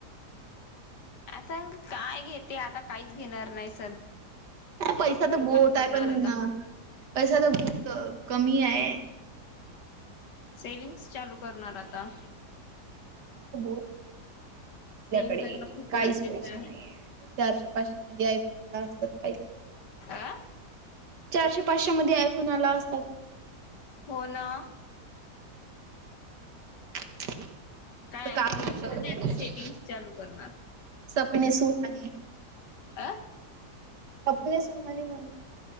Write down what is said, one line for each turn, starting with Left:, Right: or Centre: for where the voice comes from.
Left: आता काय घेते आता काहीच घेणार नाहीस
Right: पैसा तर बोहताय
Left: करणार
Right: पण
Left: आता
Right: पैसा तर बोहत कमी आहे.
Left: सेविंग्स चालू करणार आता.
Right: बोहत आपल्याकडे,
Left: सेविंग करणं खूप
Right: काहीच
Left: गरजेचं
Right: पैसे
Left: आहे
Right: नाहीये, चारशे पाशामध्ये आय फोन असतात काय?
Left: आं.
Right: चारशे पाचशे मध्ये आयफोन आला असता
Left: हो ना.
Right: <inaudible>
Left: काय आय
Right: का
Left: फोन
Right: करू
Left: वगैरे
Right: शकते
Left: नाय, आता सेविंग्स चालू करणार.
Right: सपने सुहाने.
Left: अं.
Right: सपने सुहाने म्हण